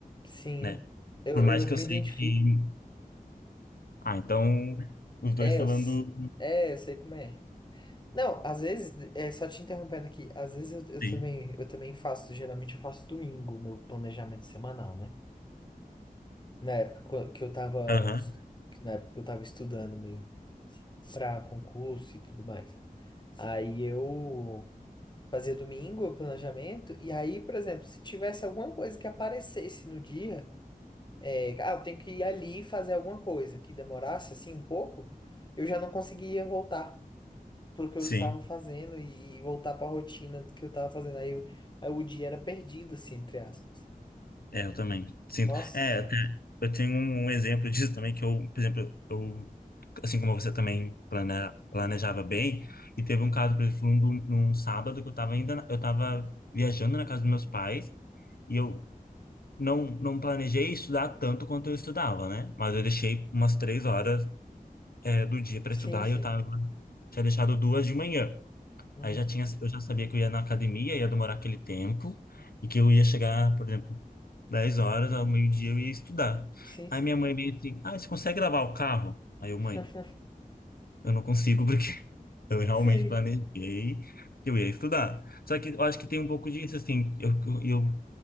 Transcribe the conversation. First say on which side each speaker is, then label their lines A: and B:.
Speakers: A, on the left; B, on the left.
A: Sim,
B: né?
A: eu,
B: Por mais
A: eu
B: que
A: me
B: eu sei
A: identifico.
B: que Ah, então os dois
A: É,
B: falando.
A: eu, se- é, eu sei como é. Não, às vezes, é, só te interrompendo aqui, às vezes eu, eu
B: Sim.
A: também, eu também faço, geralmente eu faço domingo, o meu planejamento semanal, né? Na época co- que eu tava,
B: Aham.
A: es- na época que eu tava estudando mesmo, pra concurso e tudo mais. Aí eu Fazia domingo o planejamento, e aí, por exemplo, se tivesse alguma coisa que aparecesse no dia, é, ah, eu tenho que ir ali fazer alguma coisa que demorasse assim um pouco, eu já não conseguia voltar pro que
B: Sim.
A: eu estava fazendo e, e voltar para a rotina do que eu estava fazendo. Aí, eu- aí o dia era perdido, assim, entre aspas.
B: É, eu também. Sinto.
A: Nossa,
B: É, até eu tenho um um exemplo disso também, que eu, por exemplo, eu, assim como você também plane- planejava bem, e teve um caso, por exemplo, num, num sábado que eu tava ainda, na- eu tava viajando na casa dos meus pais, e eu não, não planejei estudar tanto quanto eu estudava, né? Mas eu deixei umas três horas, é, do dia para
A: sim,
B: estudar
A: sim.
B: e eu tava, tinha deixado duas de manhã.
A: Uhum.
B: Aí já tinha, eu já sabia que eu ia na academia, ia demorar aquele tempo, e que eu ia chegar, por exemplo, 10 horas, ao meio-dia eu ia estudar.
A: Sim,
B: Aí
A: sim.
B: minha mãe veio assim, ah, você consegue lavar o carro? Aí eu,
A: <laughs>
B: mãe, eu não consigo porque <laughs> eu realmente
A: Sim.
B: planejei que eu ia estudar. Só que eu acho que tem um pouco disso, assim, eu, eu, eu-